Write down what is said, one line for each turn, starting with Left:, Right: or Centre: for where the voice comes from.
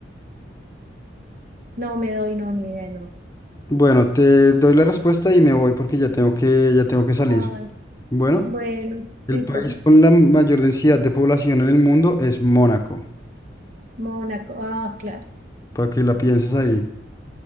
Right: No me doy, no, ni idea, no.
Left: Bueno, te doy la respuesta y me voy porque ya tengo que, ya tengo que salir.
Right: Ay,
Left: Bueno,
Right: bueno,
Left: el
Right: listo.
Left: país con la mayor densidad de población en el mundo es Mónaco,
Right: Mónaco. Ah, claro.
Left: para que la pienses ahí.